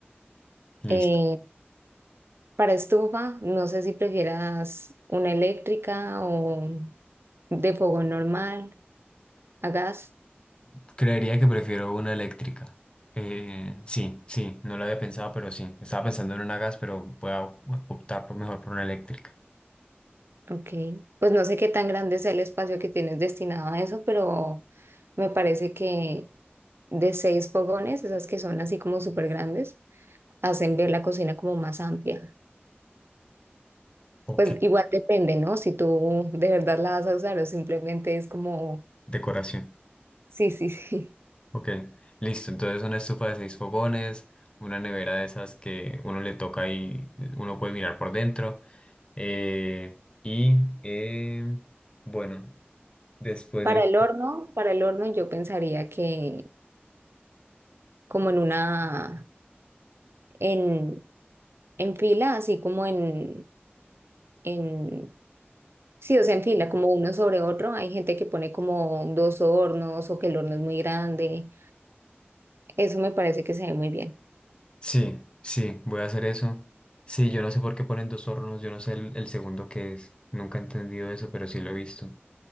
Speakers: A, on the left; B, on the right.
A: listo.
B: Eh, para estufa, no sé si prefieras una eléctrica o de fogón normal. A gas,
A: Creería que prefiero una eléctrica. Eh, sí, sí, no lo había pensado, pero sí. Estaba pensando en una gas, pero voy a optar por mejor por una eléctrica.
B: ok. Pues no sé qué tan grande sea el espacio que tienes destinado a eso, pero me parece que de seis fogones, esas que son así como súper grandes, hacen ver la cocina como más amplia.
A: Ok.
B: Pues igual depende, ¿no? Si tú de verdad la vas a usar o simplemente es como,
A: Decoración.
B: sí, sí, <laughs> sí.
A: Ok, listo. Entonces una estufa de seis fogones, una nevera de esas que uno le toca y eh, uno puede mirar por dentro. Eh, y eh, bueno, después
B: Para
A: de...
B: el horno, para el horno yo pensaría que como en una, en, en fila, así como en, en Sí, o sea, en fila, como uno sobre otro. Hay gente que pone como dos hornos o que el horno es muy grande. Eso me parece que se ve muy bien.
A: Sí, sí, voy a hacer eso. Sí, yo no sé por qué ponen dos hornos, yo no sé el, el segundo que es. Nunca he entendido eso, pero sí lo he visto.